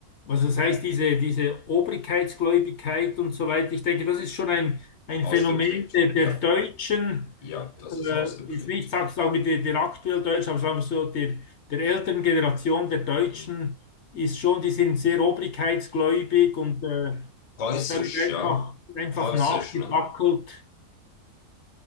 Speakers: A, on the left (about 55°); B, on the left (about 85°).
A: Also das heißt, diese, diese Obrigkeitsgläubigkeit und so weiter, ich denke, das ist schon ein, ein
B: Ausgeprägt.
A: Phänomen der, der
B: Ja,
A: Deutschen,
B: ja, das ist
A: äh,
B: ausgeprägt.
A: jetzt nicht, sag, sagen wir, der, der aktuell Deutschen, aber sagen wir so, der, der älteren Generation der Deutschen
B: Hm.
A: ist schon, die sind sehr obrigkeitsgläubig und äh,
B: Preußisch,
A: da wird einfach,
B: ja.
A: einfach
B: Preußisch,
A: nachgedackelt.
B: ne?